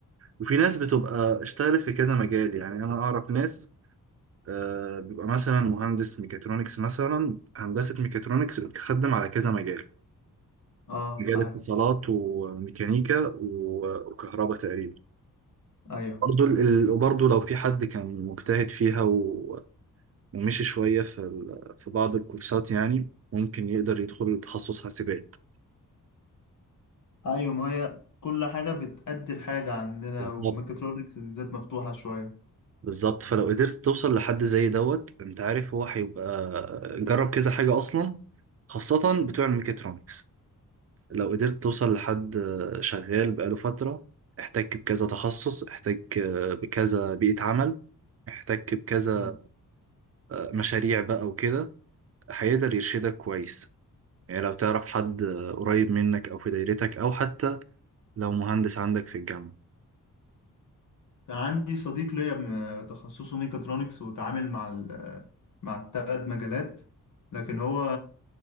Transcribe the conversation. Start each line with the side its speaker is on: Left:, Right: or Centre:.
Right: وفي ناس بتبقى اشتغلت في كذا مجال يعني انا اعرف ناس آه، بيبقى مثلا مهندس ميكاترونكس مثلا هندسة ميكاترونكس بتخدم على كذا مجال
Left: اه
Right: مجال
Left: عارف
Right: اتصالات وميكانيكا و- وكهرباء تقريبا
Left: ايوه
Right: برضو ال- وبرضو لو في حد كان مجتهد فيها و- ومشي شوية في ال- في بعض الكورسات يعني ممكن يقدر يدخل تخصص حاسبات
Left: ايوه ما هي كل حاجة بتأدي لحاجة عندنا
Right: ف-
Left: وميكاترونكس بالذات مفتوحة شوية
Right: بالظبط فلو قدرت توصل لحد زي دوت انت عارف هو هيبقى جرب كذا حاجة اصلا خاصة بتوع الميكاترونكس لو قدرت توصل لحد شغال بقاله فترة احتك بكذا تخصص احتك بكذا بيئة عمل احتك بكذا
Left: مم.
Right: مشاريع بقى وكده هيقدر يرشدك كويس يعني لو تعرف حد قريب منك او في دايرتك او حتى لو مهندس عندك في الجامعة
Left: كان عندي صديق ليا م- تخصصه ميكاترونكس وتعامل مع ال مع الثلاث مجالات لكن هو